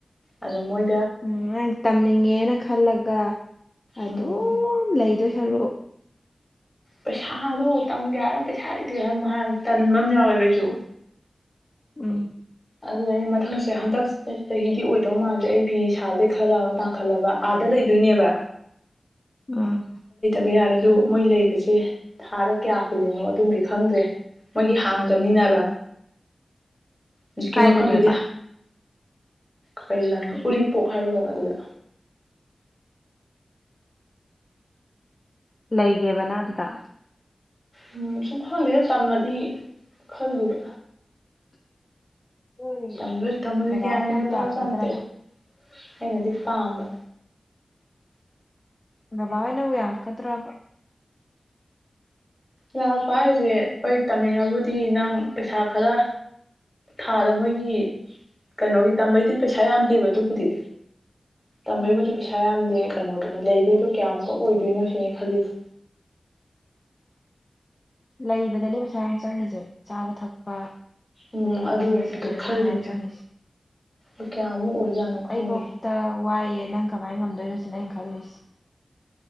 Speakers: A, on the left; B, on the left.
A: ꯑꯗꯣ ꯃꯣꯏ
B: ꯎꯝ ꯅꯪ ꯇꯝꯅꯤꯡꯉꯦꯅ ꯈꯜꯂꯒ ꯑꯗꯨꯝ
A: ꯎꯝ
B: ꯂꯩ ꯂꯩꯗꯣꯏ ꯁꯔꯨ
A: ꯄꯩꯁꯥꯗꯣ ꯇꯝꯒꯦ ꯍꯥꯏꯅ ꯄꯩꯁꯥ ꯂꯩꯇꯦꯟ ꯍꯥꯟ ꯇꯟꯕ ꯑꯃ ꯌꯥꯎꯋꯦꯕꯩꯁꯨ
B: ꯎꯝ
A: ꯑꯗꯨꯅ ꯑꯩ ꯃꯊꯪꯁꯦ ꯍꯟꯗꯛ ꯆꯍꯤꯗꯤ ꯑꯣꯏ ꯀꯩꯗꯧ ꯃꯥꯟꯁꯦ ꯑꯩ ꯐꯤ ꯁꯥꯕꯗꯒꯤꯩ ꯈꯔ ꯑꯃ ꯇꯥꯡꯈꯠꯂꯕ ꯑꯥꯗ ꯂꯩꯗꯣꯏꯅꯦꯕ
B: ꯎꯝ
A: ꯕ ꯌꯥꯔꯦ ꯑꯗꯨꯣ ꯃꯣꯏ ꯂꯩꯕꯁꯦ ꯊꯥꯗ ꯀꯌꯥ ꯍꯨꯜꯂꯤꯅꯣ ꯑꯗꯨꯝꯗꯤ ꯈꯪꯗ꯭ꯔꯦ ꯃꯣꯏꯒꯤ ꯍꯥꯡꯗꯕꯅꯤꯅꯦꯕ ꯍꯧꯖꯤꯛꯀꯤ
B: ꯀꯥꯏꯗꯅꯦꯕ
A: ꯃꯐꯝꯗꯨꯗꯤ ꯀꯩ ꯂꯝꯅꯣ ꯎꯔꯤꯄꯣꯛ ꯍꯥꯏꯔꯣ ꯀꯩꯅꯣ ꯑꯗꯨꯗ
B: ꯂꯩꯒꯦꯕꯅ ꯑꯗꯨꯗ
A: ꯎꯝ ꯁꯨꯡꯈꯪꯗꯦꯗ ꯇꯝꯃꯗꯤ ꯈꯜꯂꯕ
B: ꯅꯣꯏ
A: ꯇ ꯊꯝꯃ
B: ꯕꯕꯥ
A: ꯀ꯭ꯌꯥ
B: ꯍꯣꯏꯅꯕꯨ
A: ꯃꯒ ꯇꯥ
B: ꯌꯥꯔꯛꯀꯗ꯭ꯔꯅꯦ
A: ꯆꯅ ꯇꯔ ꯑꯩꯅꯗꯤ ꯄꯥꯝꯕ
B: ꯕꯥꯅꯕꯨ ꯌꯥ ꯀꯗ꯭ꯔꯥ
A: ꯌꯥꯔꯛꯄ ꯍꯥꯏꯁꯦ ꯍꯣꯏ ꯇꯝꯅꯤꯡꯉꯕꯨꯗꯤ ꯅꯪ ꯄꯩꯁꯥ ꯈꯔ ꯊꯥꯗ ꯃꯣꯏꯒꯤ ꯀꯩꯅꯣꯒꯤ ꯇꯝꯕꯩꯗꯨ ꯄꯩꯁꯥ ꯌꯥꯝꯗꯦꯕ ꯑꯗꯨꯕꯨꯗꯤ ꯇꯝꯕꯩꯕꯨꯗꯤ
B: ꯎꯝ
A: ꯄꯩꯁꯥ ꯌꯥꯝꯗꯦ ꯀꯩꯅꯣꯗꯅꯤ ꯂꯩꯕꯒꯤꯗꯣ ꯀꯌꯥꯃꯨꯛꯀ ꯑꯣꯏꯗꯣꯏꯅꯣ ꯁꯤꯅꯦ ꯈꯜꯂꯤꯁꯦ
B: ꯂꯩꯕꯗꯅꯤ ꯄꯩꯁꯥ ꯌꯥꯝ ꯆꯪꯉꯤꯁꯦ ꯆꯥꯕ ꯊꯛꯄ
A: ꯎꯝ
B: ꯔꯂꯦꯟ
A: ꯑꯗꯨ
B: ꯐꯤ ꯁꯤꯗꯅꯦꯕꯁꯥ
A: ꯑꯗꯨ ꯈꯜꯂꯤꯅꯦ
B: ꯌꯥꯝ ꯆꯪꯉꯁꯤ
A: ꯀꯌꯥꯃꯨꯛ ꯑꯣꯏꯖꯥꯠꯅꯣ ꯈꯪꯗꯦ
B: ꯑꯩꯕꯨꯧꯇ ꯋꯥꯏꯑꯦ ꯅꯪ ꯀꯃꯥꯏꯅ ꯉꯝꯗꯣꯏꯅꯣꯁꯤꯅ ꯑꯩꯅ ꯈꯂꯨꯁꯤ